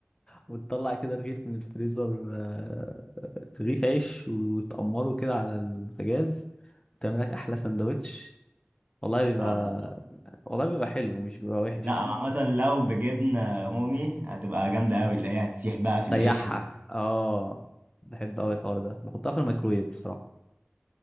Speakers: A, on the left (about 20°); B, on the right (about 40°).
A: وتطلع كده رغيف من الفريزر آه، رغيف عيش وتقمره كده على البوتاجاز وتعمل لك احلى سندوتش والله بيبقى
B: اه.
A: والله بيبقى حلو مش بيبقى وحش
B: لا عامة لو بجبنة رومي هتبقى جامدة أوي اللي هي هتسيح بقى في العيش
A: ريحها
B: و...
A: اه بحب قوي الحوار ده بحطها في الميكرويف بصراحه